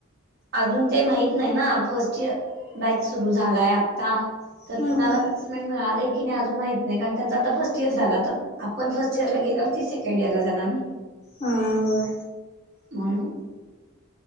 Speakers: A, on the right; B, on the left.
A: अजून ते माहित नाय ना फर्स्ट इयर बॅच सुरू झालाय आता
B: हम्म
A: तर कुणाला
B: हम्म
A: प्लेसमेंट मिळालेय की नाही अजून माहित नाही कारण त्यांचा आता फर्स्ट इयर झाल आता आपण फर्स्ट इयर ला गेल्यावर ती सेकंड इयर ला जाणार ना.
B: हा होय
A: म्हणून